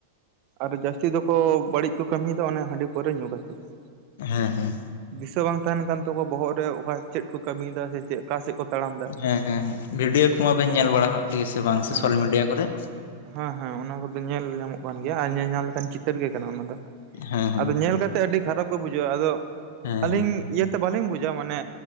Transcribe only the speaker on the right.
ᱟᱨ ᱡᱟᱹᱥᱛᱤ ᱫᱚᱠᱚ ᱵᱟᱹᱲᱤᱡ ᱠᱚ ᱠᱟᱹᱢᱤᱭᱫᱟ ᱚᱱᱮ ᱦᱟᱺᱰᱤ ᱯᱟᱹᱣᱨᱟᱹ ᱧᱩ ᱠᱟᱛᱮᱫ ᱾
ᱫᱤᱥᱟᱹ ᱵᱟᱝ ᱛᱟᱦᱮᱱ ᱠᱟᱱ ᱛᱟᱠᱚᱣᱟ ᱵᱚᱦᱚᱜ ᱨᱮ ᱚᱠᱟ ᱪᱮᱫ ᱠᱚ ᱠᱟᱹᱢᱤᱭᱫᱟ ᱥᱮ ᱪᱮᱜ ᱚᱠᱟ ᱥᱮᱫ ᱠᱚ ᱛᱟᱲᱟᱢ ᱫᱟ ᱾
ᱦᱮᱸ
ᱦᱮᱸ ᱦᱮᱸ ᱚᱱᱟ ᱠᱚᱫᱚ ᱧᱮᱞ ᱧᱟᱢᱚᱜ ᱠᱟᱱ ᱜᱮᱭᱟ ᱟᱨ ᱧᱮᱞ ᱧᱟᱢ ᱞᱮᱠᱟᱱ ᱪᱤᱛᱟᱹᱨ ᱜᱮ ᱠᱟᱱᱟ ᱚᱱᱟ ᱫᱚ ᱾
ᱟᱫᱚ ᱧᱮᱞ ᱠᱟᱛᱮ ᱟᱹᱰᱤ ᱠᱷᱟᱨᱟᱯ ᱜᱮ ᱵᱩᱡᱷᱟᱹᱜᱼᱟ ᱟᱫᱚ
ᱟᱹᱞᱤᱧ
ᱤᱭᱟᱹᱛᱮ ᱵᱟᱹᱞᱤᱧ ᱵᱩᱡᱟ ᱢᱟᱱᱮ